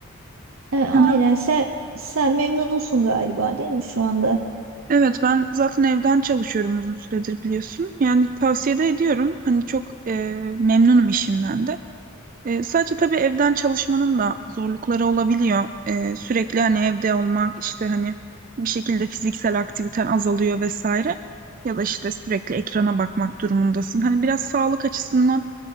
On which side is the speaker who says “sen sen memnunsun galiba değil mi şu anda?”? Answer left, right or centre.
Right